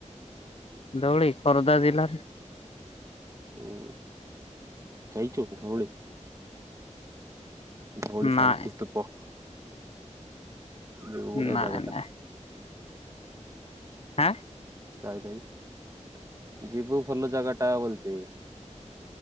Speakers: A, on the left (about 55°); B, on the right (about 25°).
A: ଧଉଳି ଖୋର୍ଦ୍ଧା ଜିଲ୍ଲାରେ।
B: ଉଁ ଯାଇଚୁ ଧଉଳି। ଧଉଳି ଶାନ୍ତି
A: ନାଇଁ
B: ସ୍ତୂପ ଯୋଉ ବଢିଆ
A: ନାଇଁ
B: ଜାଗାଟା।
A: ନାଇଁ ହାଁ?
B: କାଳିଜାଇ ଯିବୁ ଭଲ ଜାଗାଟା ବୁଲଛି।